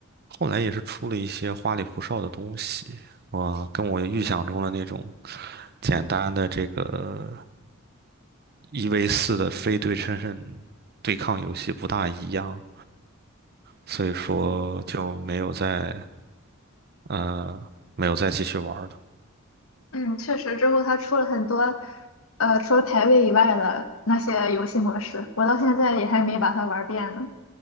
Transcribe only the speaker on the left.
嗯，确实，之后它出了很多，呃，除了排位以外的那些游戏模式，我到现在也还没把它玩遍呢。